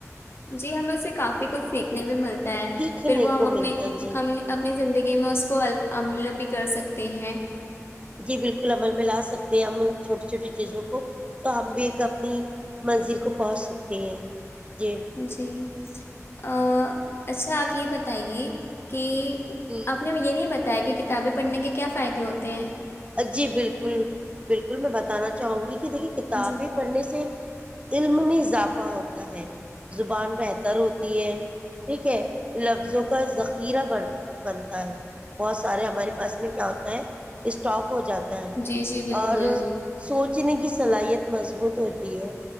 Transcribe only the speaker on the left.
جی ہمیں اس سے کافی کچھ سیکھنے بھی مل ہیں
پھر وہ ہم
اپنی زندگی میں اس کو بھی کر سکتے ہیں
جی ا اچھا آپ یہ بتائیے کہ
آپ نے یہ نہیں بتا تا کہ کتابیں پڑھنے کے کیا فائدے ہوتے ہیں
جی
جی جی بالکل